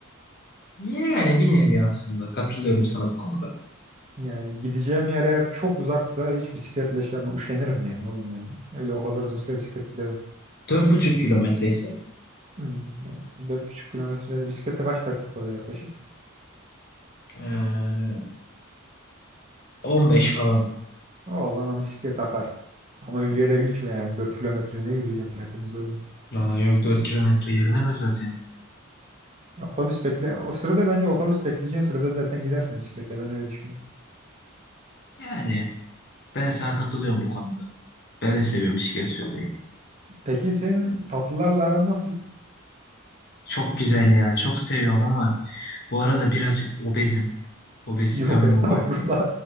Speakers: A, on the left (about 50°); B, on the right (about 30°).
A: Yani bir nevi aslında katılıyorum sana bu konuda.
B: Yani gideceğim yer eğer çok uzaksa hiç bisikletle şey yapma üşenirim yani oğlum ben. Öyle o kadar uzun süre bisiklet gidemem.
A: Dört buçuk kilometre ise
B: Hmm, yani 4,5 kilometre bisikletle kaç dakika oluyor yaklaşık?
A: e, 15 falan.
B: O zaman bisiklet akar. Ama yürüyerek hiç yani 4 kilometre ne yürüyeceğim derdim zor mu?
A: Aa, yok dört kilometre yürünür mü zaten?
B: Ya Otobüs bekle. O sırada bence otobüs bekleyeceğin sırada zaten gidersin bisikletle. Ben öyle düşünüyorum.
A: Yani ben de sana katılıyorum bu konuda. Ben de seviyorum bisiklet sürmeyi.
B: Peki senin tatlılarla aran nasıl?
A: Çok güzel ya. Çok seviyorum ama bu arada birazcık obezim. Obezitem
B: <laughs> Yok estağfurullah.
A: mi var diye.